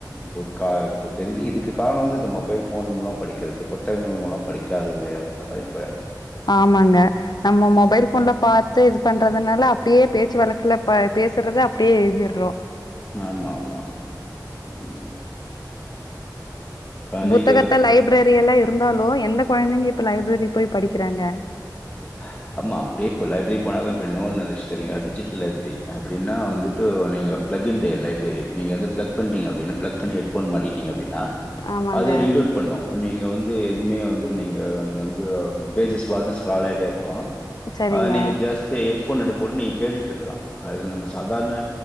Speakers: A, on the left; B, on the left.
A: புரி கா தெரிது இதுக்கு காரணொ வந்து இந்த மொ மொபைல் ஃபோன் மூலம் படிக்கிறது புத்தகங்கள் முலம் படிக்காதது அப்டின்ற மாரி எனக்கு ஒரு எண்ணம்
B: ஆமாங்க நம்ம மொபைல் ஃபோன்ல பாத்து இது பண்றதுனால அப்டியே பேச்சு வழக்குல பேசுறது அப்டியே எழுதிறோ
A: ஆமா ஆமா ம் அ
B: புத்தகத்த
A: நீங்க
B: லைப்ரரி எல்லா இருந்தாலு எந்த கொழந்தைங்க இப்ப லைப்ரரி போய் படிக்கிறாங்க
A: <inaudible> ஆமா அப்டியே இப்போ லைப்ரரி போனாலு இப்ப இன்னோன்னு வந்த்ச் தெரியுங்ளா டிஜிட்டல் லைப்ரரி அப்டின்னா வந்துட்டு நீங்க பிளக் இன் டே லைப்ரரி நீங்க வந்து பிளக் பண்டிங்க அப்டின்னா பிளக் பண்ணி ஹெட்ஃபோன் மாட்டிகிட்டீங்க அப்டின்னா
B: ஆமாங்க
A: அதே ரீட் அவுட் பண்ணு நீங்க வந் து எதுமே வந்து நீங்க வந்து அம் பேஜஸ் பாட்ன் ஸ்க்ரால் ஆயிட்டே இருக்கு
B: சரிங்க
A: அ நீங்க ஜஸ்ட் ஹெட்ஃபோன் எடுப் போட்டு நீங்க கேட்டுட் இருக்கலா அது நம்ப சாதார்ண